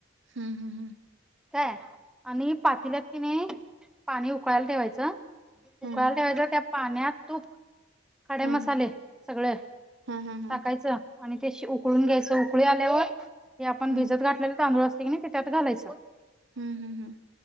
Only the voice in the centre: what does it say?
काय आणि पातेल्यात किणी पाणी उकळायला ठेवायचं. उकळायला
ठेवायचं त्यात पाण्यात तूप खडे
मसाले सगळं
टाकायचं आणि ते शि उकळून घ्यायचं उकळी आल्यावर ते आपण
भिजत घातलेले तांदूळ असतय, कने ते त्यात घालायचं.